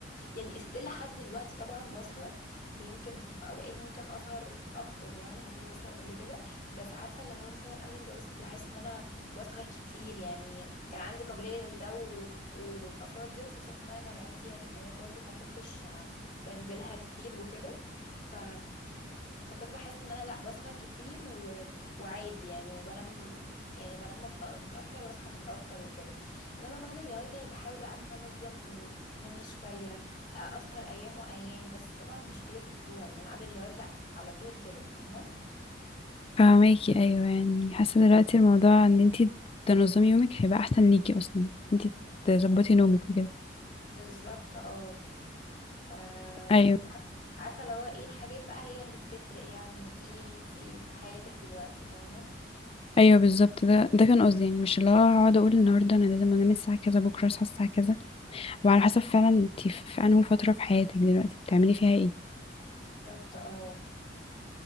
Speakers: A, on the left; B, on the left.
A: يعني استيل لحد دلوقتي طبعا بسهر ويمكن اوقات ممكن اسهر اكتر يعني ما كنت بسهر قبل كده بس عارفه اللي هو مثلا قبل الجواز كنت بحس ان انا بسهر كتير يعني كان عندي قابليه لده و- وببقى فاضيه خصوصا ان انا جامعتي يعني كمان برضو ما كنتش بنزلها كتير وكده ف فكنت بحس ان انا لا بسهر كتير و... وعادي يعني وبنام يعني بنام متأ- متاخر واصحى متاخر وكده انما بعد الجواز يعني بحاول بقى ان انا انظم نومي شويه اسهر ايام وايام بس طبعا مش طول الاسبوع يعني انا قبل الجواز لا كنت على طول كده فاهمه
B: فاهماكي ايوه يعني حاسة دلوقتي الموضوع ان انتي تنظمي يومك هيبقى احسن ليكي اصلا انتي تظبطي نومك وكده
A: بالظبط اه ف... فعارفه
B: ايوه
A: عارفة اللي هو ايه الحاجات بقى هي اللي بتفرق يعني ايه اللي انتي في حياتك دلوقتي فاهمه
B: ايوه بالظبط ده ده كان قصدي يعني مش اللي هو هقعد اقول النهارده انا لازم انام الساعه كذا بكره اصحى الساعه كذا وعلى حسب فعلا انتي في في انهي فترة في حياتك دلوقتي بتعملي فيها ايه
A: بالظبط اه